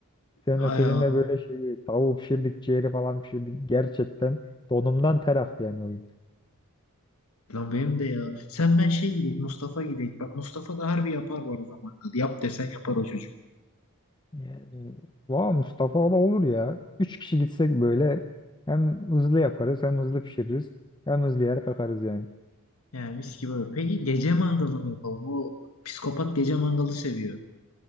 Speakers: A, on the left (about 20°); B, on the left (about 75°).
A: Seninle
B: Hay
A: seninle böyle şeyi tavuğu pişirdik, ciğeri falan pişirdik. Gerçekten donumdan ter aktı yani o gün.
B: Lan benim de ya. Sen ben şey gidelim Mustafa gidelim. Bak Mustafa da harbi yapar bu arada mangalı. Yap desen yapar o çocuk.
A: Yani, vay Mustafa o da olur ya. Üç kişi gitsek böyle hem hızlı yaparız hem hızlı pişiririz hem hızlı yer kakarız yani.
B: Yani mis gibi olur. Peki gece mangalı mı yapalım? O psikopat gece mangalı seviyor.